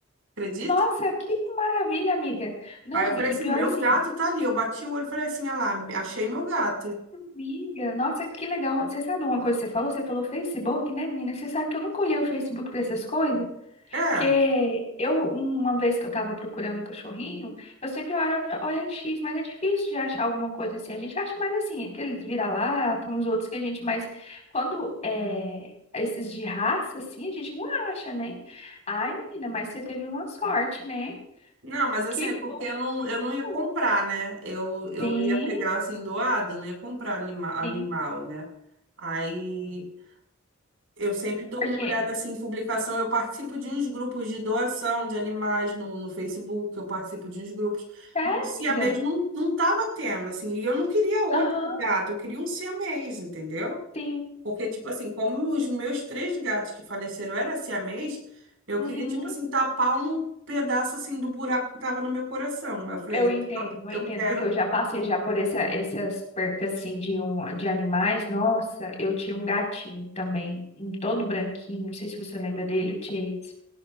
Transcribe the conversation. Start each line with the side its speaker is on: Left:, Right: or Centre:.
Right: Acredita?
Left: Nossa, que maravilha, amiga. Não,
Right: Aí eu falei
Left: e
Right: assim,
Left: pior
Right: meu
Left: assim,
Right: gato tá ali. Eu bati o olho e falei assim, ah lá, achei meu gato.
Left: amiga, nossa, que legal. Você sabe uma coisa que você falou? Você falou Facebook, né, menina? Você sabe que eu nunca olhei o Facebook pra essas coisas?
Right: É,
Left: Porque eu, uma vez que eu tava procurando um cachorrinho, eu sempre olho o OLX, mas é difícil de achar alguma coisa assim. A gente acha mais assim, aqueles vira-lata, uns outros que a gente mais. Quando é esses de raça, assim, a gente não acha, né? Ai, menina, mas você teve uma sorte, né?
Right: não, mas assim,
Left: Que
Right: é porque
Left: bom
Right: eu não,
Left: que você encontrou.
Right: eu não ia comprar, né? Eu, eu
Left: Sim,
Right: ia pegar assim, doado, não ia comprar anima, animal,
Left: sim.
Right: né? Aí eu sempre dou
Left: Porque,
Right: uma olhada assim em publicação. Eu participo de uns grupos de doação de animais no, no Facebook, eu participo de uns grupos.
Left: sério,
Right: Mas siamês
Left: amiga?
Right: não, não tava tendo, assim, e eu não queria outro
Left: Aham,
Right: gato, eu queria um siamês, entendeu?
Left: sim.
Right: Porque, tipo assim, como os meus três gatos que faleceram eram siamês, eu
Left: Uhum.
Right: queria, tipo assim, tapar um pedaço, assim, do buraco que tava no meu coração. Aí Eu falei,
Left: Eu
Right: eu
Left: entendo,
Right: só-
Left: eu
Right: eu
Left: entendo,
Right: quero...
Left: porque eu já passei já por essa, essas percas assim de, um, de animais. Nossa, eu tinha um gatinho também, um todo branquinho, não sei se você lembra dele, o Chase.